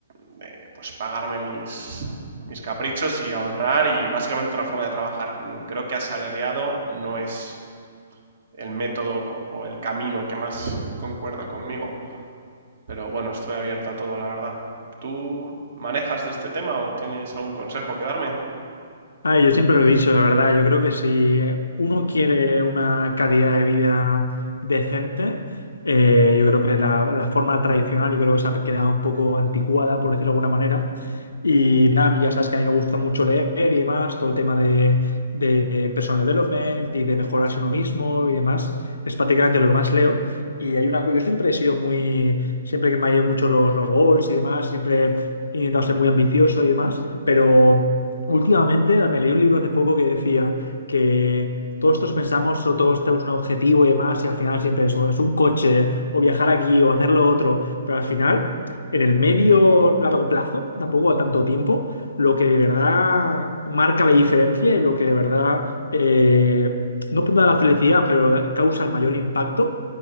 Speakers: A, on the right; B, on the left.
A: de, pues pagarme mis, mis caprichos y ahorrar y básicamente otra forma de trabajar. Creo que asalariado no es el método o el camino que más concuerda conmigo, pero bueno, estoy abierto a todo, la verdad. ¿Tú manejas de este tema o tienes algún consejo que darme?
B: Ah, yo siempre lo he dicho, la verdad. Yo creo que si uno quiere una calidad de vida decente, eh, yo creo que la, la forma tradicional, yo creo que se ha quedado un poco anticuada, por decirlo de alguna manera. Y nada, a mí ya sabes que a mí me gusta mucho leer y demás, todo el tema de, de personal development y de mejorarse uno mismo y demás, es prácticamente lo que más leo. Y hay una cosa, yo siempre he sido muy, siempre que me ha ido mucho los, los goals y demás, siempre he intentado ser muy ambicioso y demás, pero... Últimamente me leí un libro hace poco que decía que todos todos pensamos o todos tenemos un objetivo y demás y al final siempre es, es un coche o viajar aquí o hacer lo otro, pero al final en el medio largo plazo, tampoco a tanto tiempo, lo que de verdad marca la diferencia y lo que de verdad eh, no da la felicidad, pero causa el mayor impacto,